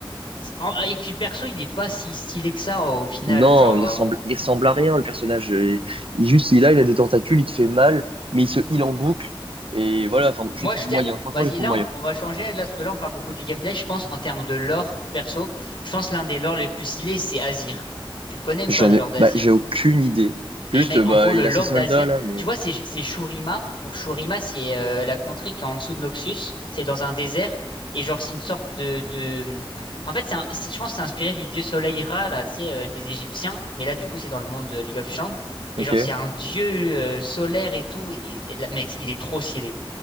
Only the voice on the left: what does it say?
c'est- en- et puis le perso, il est pas si stylé que ça au final.
Genre,
euh,
on-
moi,
je
t'ai-
Vas-y,
là,
on, on va changer, là, parce que là, on parle beaucoup du gameplay. Je pense, en termes de lore du perso, je pense l'un des lores les plus stylés, c'est Azir. Tu le connais ou
pas, le
lore d'Azir?
Mais
mec,
en gros, le
Lord
Azir,
tu vois, c'est c'est Shurima. Donc Shurima, c'est euh, la contrée qui est en dessous de Noxus. C'est dans un désert. Et genre, c'est une sorte de, de... En fait, c'est un- c'est- je pense que c'est inspiré du dieu soleil Ra, là, tu sais, euh, des Égyptiens. Mais là, du coup, c'est dans le monde de League of Legends.
Et genre, c'est un dieu euh, solaire et tout. Et, et là, mec, il est trop stylé.